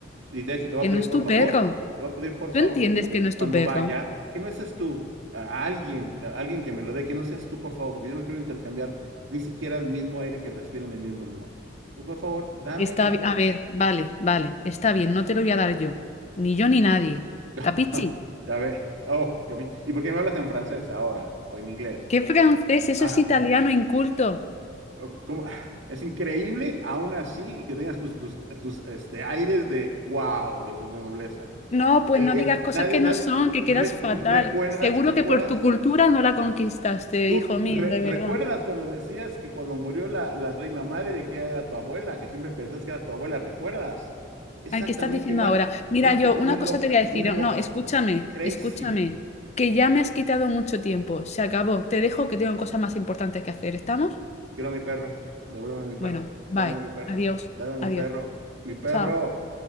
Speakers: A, on the right; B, on the left.
A: Y de hecho, te voy
B: Que
A: a pedir
B: no es
A: por
B: tu
A: favor,
B: perro.
A: te voy a pedir por
B: ¿Tú
A: favor
B: entiendes
A: que,
B: que
A: que
B: no es
A: cuando
B: tu perro?
A: vaya, que no seas tú, a alguien, a alguien que me lo dé, que no seas tú, por favor, porque yo no quiero intercambiar ni siquiera el mismo aire que respiro en el mismo lugar. Entonces, por favor, dame
B: Está,
A: mi perro.
B: bi- a ver, vale, vale, está bien, no te lo voy a dar yo, ni yo ni nadie.
A: <laughs>
B: ¿Capichi?
A: Ya ve. Oh, qué bi- ¿Y por qué me hablas en francés ahora o en inglés?
B: ¿Qué francés? Eso
A: Ah,
B: es italiano inculto.
A: ok, ¿cómo? Es increíble, aún así, que tengas tus, tus, tus, este, aires de wow, de, de nobleza.
B: No, pues
A: El
B: no
A: día,
B: digas cosas
A: nadie,
B: que
A: nadie,
B: no son, que
A: re-
B: quedas fatal.
A: recuerdas,
B: Seguro
A: recuerdas
B: que por tu cultura no la conquistaste,
A: ¿Tú
B: hijo mío,
A: re-
B: de
A: recuerdas
B: verdad.
A: cuando decías que cuando murió la, la reina madre, que era tu abuela, que siempre pensás que era tu abuela? ¿Recuerdas? Es
B: Ay,
A: exactamente
B: ¿qué estás diciendo
A: igual.
B: ahora? Mira,
A: Una cosa
B: yo una
A: muy loca,
B: cosa te voy a decir.
A: muy loca.
B: No, escúchame,
A: Crazy.
B: escúchame, que ya me has quitado mucho tiempo. Se acabó. Te dejo que tengo cosas más importantes que hacer. ¿Estamos?
A: Quiero a mi perro. Devuélveme a mi perro.
B: Bueno, bye.
A: Dame a mi perro.
B: Adiós,
A: Dame a mi
B: adiós.
A: perro. Mi perro.
B: Chao.